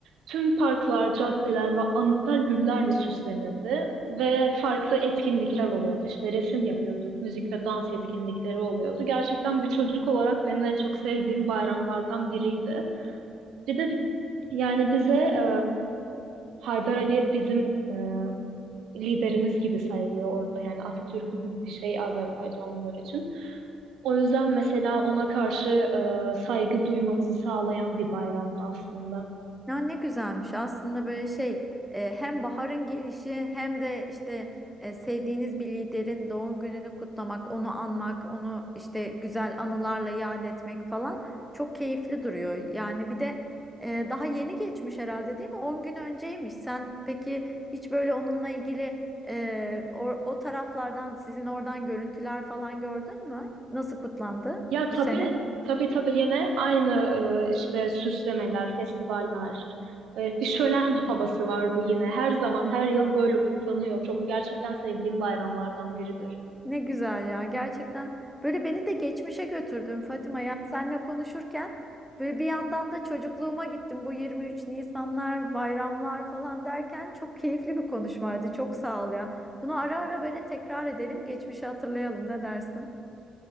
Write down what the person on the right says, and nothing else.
Tüm parklar, caddeler ve anıtlar güllerle süslenirdi ve farklı etkinlikler oluyordu. İşte resim yapıyorduk, müzik ve dans etkinlikleri oluyordu. Gerçekten bir çocuk olarak benim en çok sevdiğim bayramlardan biriydi. Bir de yani bize e, Haydar Aliyev bizim e, liderimiz gibi sayılıyor orada. Yani Atatürk gibi bir şey Azerbaycanlılar için. O yüzden mesela ona karşı e, saygı duymamızı sağlayan bir bayramdı aslında.
Ya
tabii
tabii tabii yine aynı e, işte süslemeler, festivaller. E, bir şölen havası vardı yine. Her zaman her yıl böyle kutlanıyor. Çok gerçekten sevdiğim bayramlardan biridir.